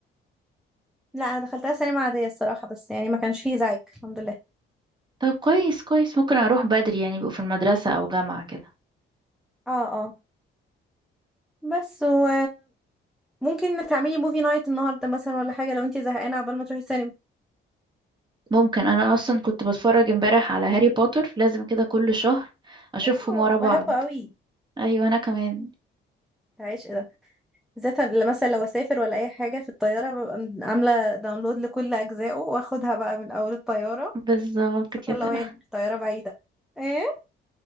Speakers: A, in the centre; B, on the right (about 20°).
A: لا انا دخلتها سينما عادية الصراحة بس يعني ما كانش فيه زعيق الحمد لله
B: طب كويس كويس ممكن أروح بدري يعني يبقوا في المدرسة أو جامعة كده
A: اه اه بس و ممكن تعملي موفي نايت النهارده مثلا ولا حاجه لو انت زهقانه عبال ما تروحي السينما
B: ممكن أنا أصلا كنت بتفرج امبارح على هاري بوتر لازم كده كل شهر أشوفهم
A: اه
B: ورا بعض
A: بحبه قوي
B: ايوه انا كمان
A: عايش ايه ده بالذات لما مثلا لو اسافر ولا اي حاجه في الطياره ببقى م- عامله داونلود لكل اجزائه واخدها بقى من اول الطياره
B: بالظبط
A: خصوصا
B: كده
A: لو هي طياره بعيده ايه